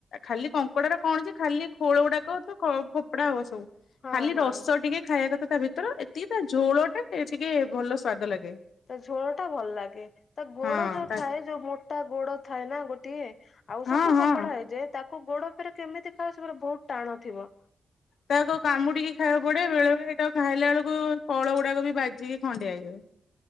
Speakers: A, on the left; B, on the left.
A: ଖାଲି କଙ୍କଡା ର କଣଛି ଖାଲି ଖୋଳ ଗୁଡାକ ତ ଫୋପଡା ହବ ସବୁ
B: ହଁ
A: ଖାଲି
B: ହଁ
A: ରସ ଟିକେ ଖାଇବା ତା ଭିତରେ ଏତିକି ତା ଝୋଳ ଟା ଟିକେ ଭଲ ସ୍ଵାଦ ଲାଗେ।।
B: ତା ଝୋଳ ଟା ଭଲ ଲାଗେ। ତା ଗୋଡ
A: ହଁ
B: ଯୋଉ
A: ତା
B: ଥାଏ ଯୋଉ ମୋଟା ଗୋଡ ଥାଏ ନା ଗୋଟିଏ। ଆଉ
A: ହଁ
B: ସବୁ ତ
A: ହଁ।
B: ଖୋପଡା ହେଇଯାଏ ତାକୁ ଗୋଡ ଫେରେ କେମିତି ଖାଅ ସେ ବହୁତ ଟାଣ ଥିବ।
A: ତାକୁ କାମୁଡିକି ଖାଇବାକୁ ପଡେ। ବେଳେ ବେଳେ ଟାକୁ ଖାଇଲା ବେଳକୁ କଳ ଗୁଡାକ ବି ବାଜିକି ଖଣ୍ଡିଆ ହେଇଯାଏ।